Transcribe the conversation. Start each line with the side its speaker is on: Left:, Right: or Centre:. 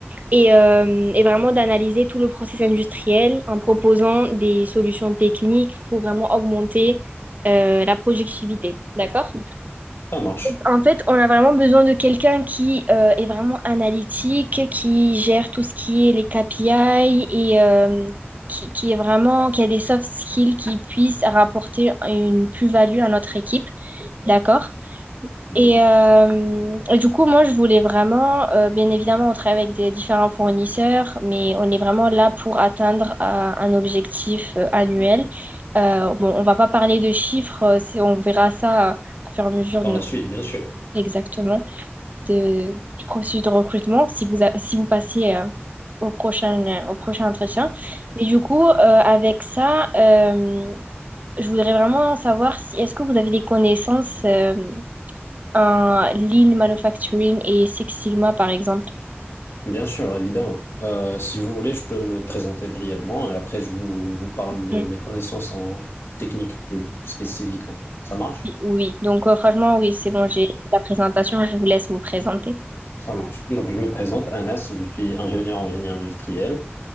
Right: et, euh, et vraiment d'analyser tout le process industriel en proposant des solutions techniques pour vraiment augmenter euh, la productivité. D'accord?
Left: Ça marche.
Right: En fait, on a vraiment besoin de quelqu'un qui euh, est vraiment analytique, qui gère tout ce qui est les KPI et euh, qui, qui est vraiment, qui a des soft skills qui puissent rapporter une plus-value à notre équipe, d'accord?
Left: Mhm.
Right: Et, euh, et du coup, moi, je voulais vraiment, euh, bien évidemment, on travaille avec des différents fournisseurs, mais on est vraiment là pour atteindre euh, un objectif euh, annuel. Euh, bon, on va pas parler de chiffres, euh, c'est, on verra ça à à fur et à mesure
Left: Par
Right: de notre...
Left: la suite, bien sûr.
Right: Exactement de, du processus de recrutement si vous, a- si vous passez euh, au prochain, euh, au prochain entretien. Mais du coup, euh, avec ça, euh, je voudrais vraiment savoir si est-ce que vous avez des connaissances euh, en lean manufacturing et Six Sigma, par exemple.
Left: Bien sûr, évidemment. Euh, si vous voulez, je peux me présenter brièvement et après, je vous, vous parle de
Right: Mm.
Left: mes connaissances en technique plus spécifiquement. Ça marche?
Right: Oui, donc euh, franchement, oui, c'est bon, j'ai la présentation, je vous laisse vous présenter.
Left: Ça marche. Donc, je me présente, Anas, je suis ingénieur en génie industriel.